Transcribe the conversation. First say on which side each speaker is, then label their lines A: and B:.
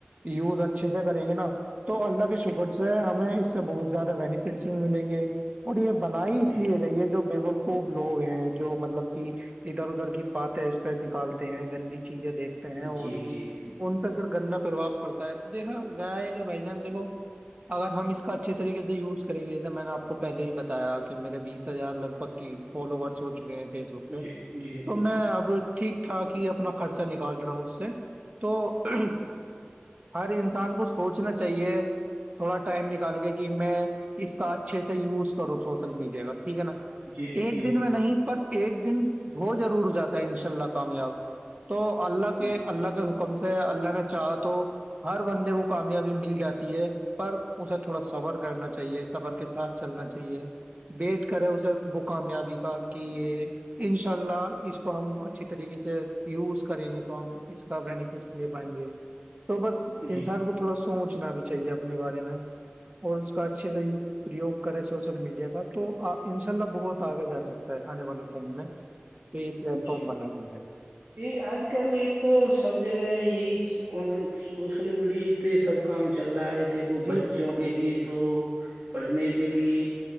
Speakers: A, on the right (about 35°); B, on the right (about 70°).
A: یوز اچھے سے کریں گے نا تو اللہ کے شوگر سے ہمیں اس سے بہت زیادہ بینیفٹس بھی ملیں گے اور یہ بنائی
B: جی
A: اس لیے گئی ہے جو بے خوب لوگ ہیں جو مطلب کہ ادھر ادھر کی باتیں اس پہ نکالتے ہیں گندی چیزیں دیکھ ہیں اور
B: جی
A: بھی
B: جی
A: ان پہ پھر گندا پرباب پڑتا ہے دیکھا گایا ہے کہ بھائی جان دیکھو اگر ہم اس کا اچھے طریقے سے یوز کریں گے جیسے میں نے آپ کو پہلے ہی بتایا کہ میرے بیس ہزار لگ بھگ کی فالوورس ہو چکے ہیں پ پہ
B: جی جی
A: تو میں اب ٹھیک ٹھاک ہی اپنا خرچہ نکال رہا ہوں اس سے تو <unintelligible>
B: <inaudible>
A: ہر انسان کو سوچنا چاہیے تھوڑا ٹائم نکال کے کہ میں اس کا اچھے سے یوز کروں سوشل میڈیا کا ٹھیک ہے نا
B: جی
A: ایک
B: جی
A: دن میں نہیں پر ایک دن ہو ضرور جاتا ہے ان شاء اللہ کامیاب تو اللہ کے
B: جی
A: اللہ کے حکم سے اللہ نے چاہا تو ہر بندے کو کامیابی مل جاتی ہے پر اسے تھوڑا صبر کرنا چاہیے صبر کے ساتھ چلنا چاہیے وٹ کرے اسے وہ کامیابی کا کہ یہ انشاء اللہ اس کو ہم اچھی طریقے سے یوز کریں گے تو ہم اس کا بینیفٹس لے پائیں گے تو بس
B: جی
A: انسان کو تھوڑا سوچنا بھی چاہیے اپنے بارے میں اور اس کا اچھے سے پرریوگ کرے سوشل میڈیا کا تو ان شاء اللہ بہت آگے جا سکتا ہے آنے والے ٹائم میں تو یہ پلیٹ
B: ی
A: فارم بنا ہوا ہے
B: یہ آج کل ایک تو سب جگہ یہی اور سوشل میڈیات سب کام چل رہا ہے دیک کو
A: جی
B: بچوں
A: بالکل
B: کے
A: بالکل
B: لیے تو پڑھنے کے لیے